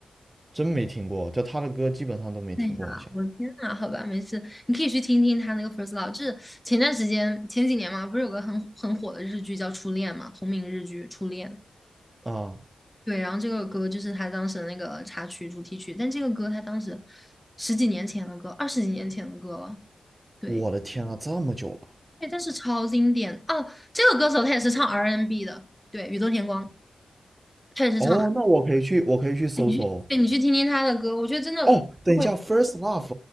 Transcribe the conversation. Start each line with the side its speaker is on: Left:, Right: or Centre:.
Right: 真没听过。就他的歌基本上都没听过，
Centre: 哎呀，
Right: 好像。
Centre: 我的天呐，好吧，没事，你可以去听听他那个《First Love》，就是前段时间前几年嘛，不是有个很很火的日剧叫《初恋》嘛，同名日剧《初恋》。
Right: 啊、
Centre: 对，然后这个歌就是他当时的那个插曲、主题曲，但这个歌他当时十几年前的歌，二十几年前的歌了。对，
Right: 我的天啊，这么久了。
Centre: 对，但是超经典哦。这个歌手他也是唱 R&B N 的，对，宇多田光，他也是唱
Right: 哦，
Centre: R&B。
Right: 那我可以去，我可以去搜搜。
Centre: 对，你去听听他的歌，我觉得真的会，
Right: 哦，等一下，First Love，